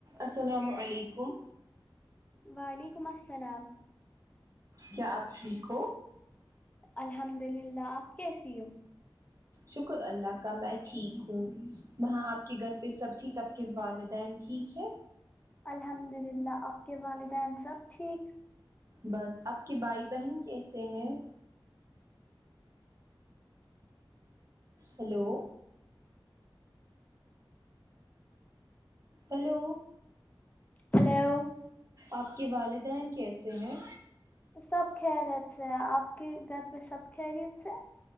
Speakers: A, on the right; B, on the left.
A: السلام علیکم
B: وعلیکم السلام
A: کیا آپ ٹھیک ہو
B: الحمد للہ آپ کیسی ہو
A: شکر اللہ کا میں ٹھیک ہوں وہاں آپ کے گھر پہ سب ٹھیک آپ کے والدین ٹھیک ہے
B: الحمد للہ آپ کے والدین سب ٹھیک
A: بس آپ کے بھائی بہن کیسے ہیں ہیلو ہیلو
B: ہلو
A: آپ کے والدین کیسے ہیں
B: سب خیریت سے ہے آپ کے گھر پہ سب خیریت سے